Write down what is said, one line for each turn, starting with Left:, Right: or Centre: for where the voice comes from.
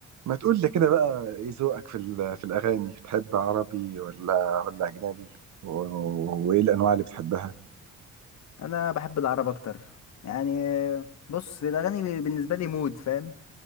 Right: ما تقول لي كده بقى ايه ذوقك في ال- في الاغاني بتحب عربي ولا ولا اجنبي و- و- وايه الانواع اللي بتحبها
Left: انا بحب العرب اكتر يعني بص الاغاني بالنسبه لي مود فاهم